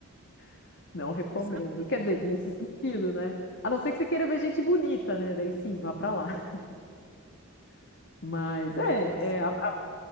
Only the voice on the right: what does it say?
Bom
saber.
Josi,